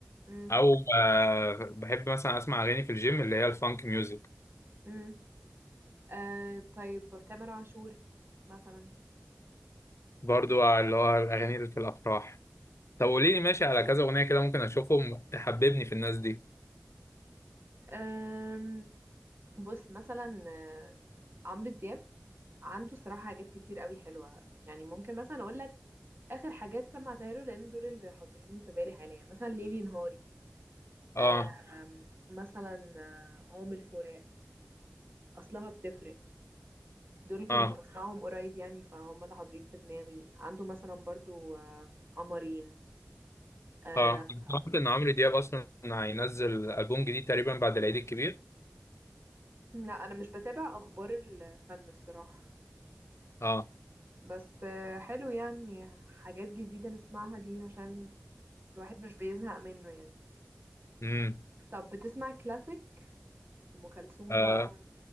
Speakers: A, on the right; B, on the left.
A: مم.
B: او آه بحب مثلا اسمع اغاني في الجيم اللي هي الفانك ميوزك
A: مم. أه... طيب تامر عاشور مثلا
B: برضو آه، اللي هو الاغاني اللي في الافراح طب قولي لي ماشي على كذا اغنيه كده ممكن اشوفهم تحببني في الناس دي
A: أم... بص مثلا آه، عمرو دياب عنده صراحة حاجات كتير قوي حلوة يعني ممكن مثلا اقول لك اخر حاجات سمعتها له لان دول اللي حاضرين في بالي حاليا مثلا ليلي نهاري
B: اه
A: أم... مثلا آه، قام الفراق أصلها بتفرق، دول كنت
B: اه
A: باسمعهم قريب يعني فهُم اللي حاضرين في دماغي، عنده مثلًا برضه آمم، قمرين آآ
B: اه انا سمعت ان عمرو دياب اصلا هينزل البوم جديد تقريبا بعد العيد الكبير
A: لأ أنا مش باتابع أخبار الفن الصراحة،
B: اه
A: بس آه، حلو يعني حاجات جديدة نسمعها دي عشان الواحد مش بيزهق منه يعني.
B: امم
A: طب بتسمع classic أم كلثوم
B: آه.
A: بقى؟